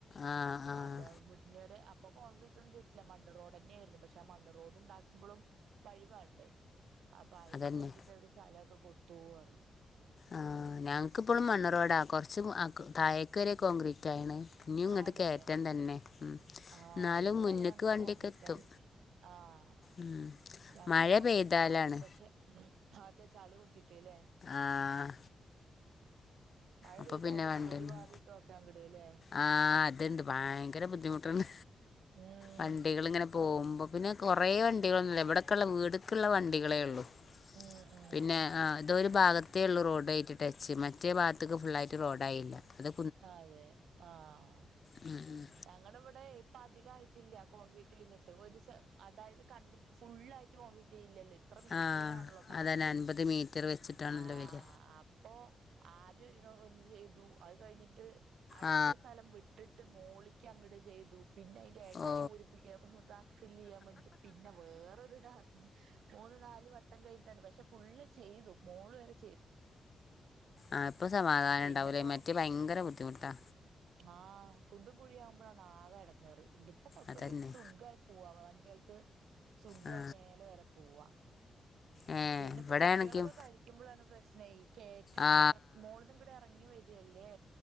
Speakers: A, on the left; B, on the right.
A: ആഹ് ആഹ്
B: അപ്പൊ മു <unintelligible> അപ്പ് ഇപ്പൊ കോൺക്രീറ്റ് ഒന്നും ചെയ്തിട്ടല്ല മണ്ണ് റോഡ് തന്നെയായിരുന്നു പക്ഷേ മണ്ണ്റോഡ് ഉണ്ടാക്കമ്പളും വഴി വേണ്ടേ അപ്പൊ അയ്നും
A: അതന്നെ
B: വേണ്ടിട്ട് അവര് സ്ഥലൊക്കെ കൊടുത്തൂ പറിയും
A: ആഹ ഞങ്ങക്ക്പ്പോളും മണ്ണ് റോഡാ കൊറച്ച് താഴക് വരെ കോൺക്രീറ്റയിന് ഇനിയും ഇങ്ങട്ട്
B: അതെ
A: കേയറ്റം തന്നെ ഉം
B: ആഹ്
A: എന്നാലും
B: ഇവടെ
A: മുന്ന്ക്ക്
B: ഞങ്ങക്ക്
A: വണ്ടിയൊക്കെ
B: കോൺഗ്രീറ്റായി
A: എത്തും
B: ആഹ്
A: ഉം
B: ഞങ്ങക്ക്
A: മഴ
B: കോൺക്രീറ്റ്
A: പെയ്താലാണ്
B: ആയി പക്ഷെ അതെ ചളി കുത്തിട്ട്ല്ലേ
A: ആഹ്
B: മഴ
A: അപ്പൊ
B: പെയ്താലും
A: പിന്നെ വണ്ടിയൊന്നും
B: പൊടിപാറിട്ടും ഒക്കെ ങ്ങട് ല്ലേ?
A: ആഹ് അത്ണ്ട് ഭയങ്കര ബുദ്ധിമുട്ടുണ്ട്.
B: ഉം
A: വണ്ടികൾ ഇങ്ങനെ പോകുമ്പോക്ന് പിന്നെ കൊറെ വണ്ടികളൊന്നുല്ല എവിടൊക്കെള്ള വീടക്ള്ള വണ്ടികളെ ഒള്ളു.
B: ഉം ഉം
A: പിന്നെ ആഹ ഇതൊ ഒരു ഭാഗത്തേ ഉള്ളൂ റോഡ് ആയിട്ട് ടച്ച് മറ്റേ ഭാഗത്തേക്ക് ഫുള്ളൾായിട്ട് റോഡായില്ല. അത്
B: അതെ ആഹ്.
A: ഉം ഉം.
B: ഞങ്ങട ഇവിടെ ഇപ്പ അധിക ആയിട്ടില്ല കോൺക്രീറ്റ് കഴിഞ്ഞിട്ട് ഒരു സെ അതായത് കണ്ടിട്ട് ഫുള്ള ഇല്ലല്ലോ ഇത്ര മീറ്റർന്നാണല്ലോ
A: ആ
B: കണക്ക്
A: അതന്നെ അൻപത് മീറ്റർ വെച്ചിട്ടാണല്ലോ
B: ആഹ്
A: വരിക
B: അപ്പോ ആദ്യം ഒരു ഒന്ന് ചെയ്തു അത് കഴിഞ്ഞിട്ട് അടുത്ത
A: ആ
B: സ്ഥലം വിട്ട് ട്ട് മോളിക്ക് അങ്ങട്ട് ചെയ്തു പിന്നെ എട
A: ഓ
B: പൂരിപ്പിക്കാൻ ഫില്ല് ചെയ്യാൻ വേണ്ടിട്ട് പിന്നെ വേറൊരു ഡ മൂന്ന് നാല് വട്ടം കഴിഞ്ഞിട്ടാണ് പക്ഷെ ഫുള്ള് ചെയ്തു. മോള് ല്
A: ആഹ് ഇപ്പൊ സമാധാനം
B: പിന്നെപ്പോ
A: ഇണ്ടാവൂലേ മറ്റേ ഭയങ്കര ബുദ്ധിമുട്ടാ.
B: ആഹ് കുണ്ടും കുഴിയാകുമ്പോഴാണ് ആകെ എടങ്ങറ് ഇതിപ്പൊ കുഴപ്പോല്ല
A: അതന്നെ
B: ഇപ്പ സുഖ പോവാ വണ്ടികൾക്ക് സുഖായി
A: ആ
B: മേലെ വരെ പോവാ
A: ഏ
B: പിന്നെ ഇപ്പൊ
A: ഇവിടെ
B: കുട്ടികളൊക്കെ
A: ആണെങ്കിൽ
B: കളിക്കുമ്പോഴാണ് പ്രശ്നെയ് ഈ കേറ്റ
A: ആ
B: എറക്കം മോളന്ന് ങ്ങട് ഇറ ങ്ങി വരല്ലേ?